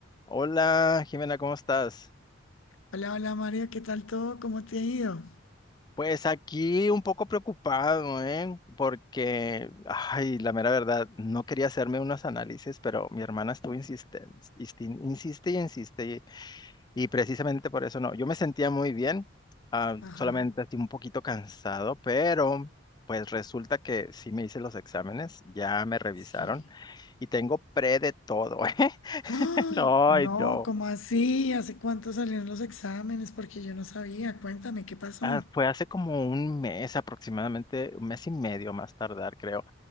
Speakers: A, on the left; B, on the left.
A: Hola, Jimena, ¿cómo estás?
B: Hola, hola María, ¿qué tal todo? ¿Cómo te ha ido?
A: Pues aquí un poco preocupado, ¿eh? Porque, ay, la mera verdad, no quería hacerme unos análisis, pero mi hermana estuvo insistente, insiste y insiste, y, y precisamente por eso no. Yo me sentía muy bien, ah,
B: Ajá,
A: solamente así un poquito cansado, pero pues resulta que sí me hice los exámenes, ya me revisaron
B: sí.
A: y tengo pre de todo, <laughs> ¿eh?
B: Ay,
A: No,
B: no,
A: ay, no.
B: ¿cómo así? ¿Hace cuánto salieron los exámenes? Porque yo no sabía. Cuéntame, ¿qué pasó?
A: Ah, fue hace como un mes aproximadamente, un mes y medio más tardar, creo